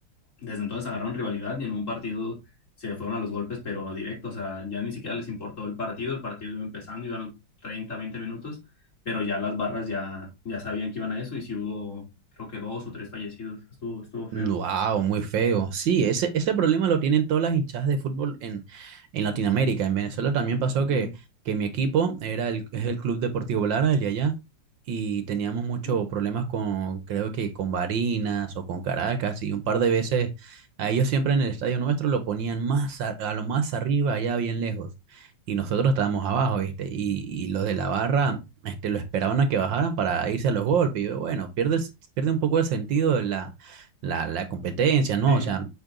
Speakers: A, on the left (about 40°); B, on the right (about 70°).
A: desde entonces agarraron rivalidad y en un partido se fueron a los golpes, pero directo, o sea, ya ni siquiera les importó el partido, el partido iba empezando, iban 30 20 minutos, pero ya las barras ya, ya sabían que iban a eso y si hubo, creo que dos o tres fallecidos, estuvo, estuvo feo.
B: Wow, muy feo. Sí, ese, ese problema lo tienen todas las hinchadas de fútbol en, en Latinoamérica. En Venezuela también pasó
A: Ujú,
B: que, que mi equipo era el, es el Club Deportivo Lara, el de allá, y teníamos muchos
A: ujú.
B: problemas con, creo que con Barinas o con Caracas, y un par de veces a ellos siempre en el estadio nuestro lo ponían más a, a lo más arriba, allá bien lejos, y nosotros estábamos abajo, ¿viste? Y, y los de la barra... Este, lo esperaban a que bajaran para irse a los golpes. Y yo, bueno, pierdes pierde un poco el sentido de la, la, la competencia, ¿no?
A: Sí,
B: O sea,